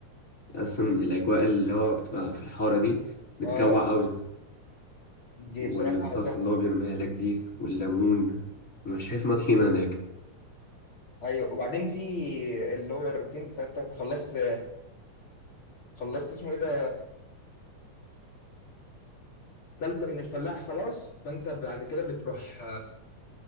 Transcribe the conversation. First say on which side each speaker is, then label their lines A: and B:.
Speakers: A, on the left; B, on the left.
A: أصلا الأجواء اللي هو بتبقى في الحارة دي بتجوع
B: آه
A: قوي
B: دي
A: والانصاص
B: بصراحة تحفة
A: اللي هو بيرميها لك دي والليمون مفيش حاجة اسمها طحينة هناك
B: أيوة وبعدين في اللي هو الروتين بتاع أنت خلصت خلصت اسمه إيه ده؟ كلت من الفلاح خلاص فأنت بعد كده بتروح